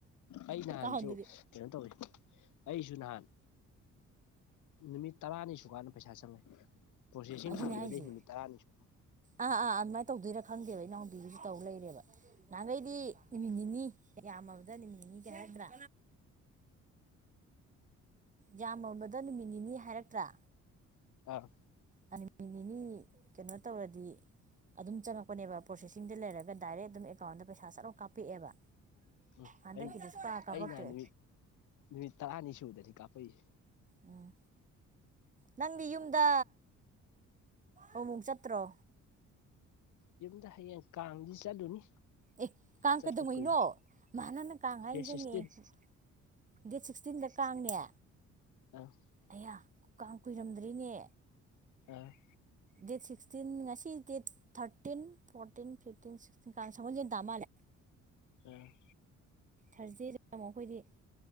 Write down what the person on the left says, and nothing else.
ꯑꯩ ꯅꯍꯥꯟꯁꯨ
ꯀꯩꯅꯣ ꯇꯧꯋꯤ ꯑꯩꯁꯨ ꯅꯍꯥꯟ ꯅꯨꯃꯤꯠ ꯇꯔꯥꯅꯤ ꯁꯨꯀꯥꯟꯗ ꯄꯩꯁꯥ ꯆꯪꯉꯦ ꯄ꯭ꯔꯣꯁꯦꯁꯤꯡ
ꯊꯥꯒꯤꯕꯗꯩ
ꯅꯨꯃꯤꯠ ꯇꯔꯥꯅꯤ ꯁꯨꯔ
ꯑꯥ
ꯎꯝ
ꯑꯩ
ꯑꯩꯅ ꯅꯨꯃꯤꯠ ꯅꯨꯃꯤꯠ ꯇꯔꯥꯅꯤ ꯁꯨꯕꯗꯅꯤ ꯀꯥꯞꯄꯛꯏꯁꯦ
ꯌꯨꯝꯗ ꯍꯌꯦꯡ ꯀꯥꯡꯗꯤ ꯆꯠꯂꯨꯅꯤ
ꯆꯠꯄ
ꯀꯨꯏꯔꯦ
ꯗꯦꯠ ꯁꯤꯛꯁꯇꯤꯟ
ꯑꯥ
ꯑ
ꯎꯝ